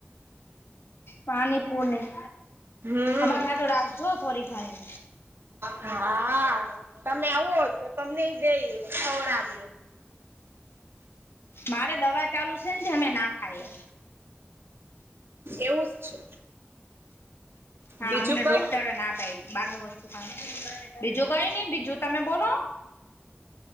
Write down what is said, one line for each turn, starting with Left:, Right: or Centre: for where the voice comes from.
Left: પાણી પુરની
Right: હમ
Left: અમારી હારુ તો રાખજો થોડી ઘણી.
Right: હા. તમે આવો તો તમને જઈ ખવરાવી.
Left: મારે દવા ચાલુ છે ને અમે ના ખાઈએ.
Right: એવું જ છે.
Left: હા
Right: બીજું
Left: અમને ડોક્ટર
Right: કઈ
Left: ના પાઈડી બાર નુ વસ્તુ ખ બીજું કઈ નઈ બીજું તમે બોલો.